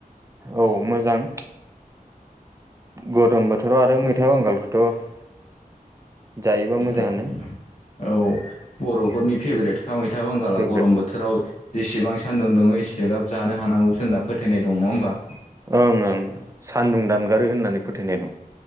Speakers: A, on the right (about 20°); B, on the left (about 50°).
A: औ मोजां। गरम बोथोराव आरो मैथा बांगालखौथ' जायोबा मोजाङानो
B: ओ औ बर'फोरनि फेभरेट का मैथा बांगाला
A: फेभ्रेट
B: गरम बोथ थोराव जेसेबां सान्दुं दुङो एसेराब जानो हानांगौसो होनना फोथायनाय दं नङा होनोमबा।
A: ओं ओं सान्दुं दानगारो होननानै फोथायनाय दं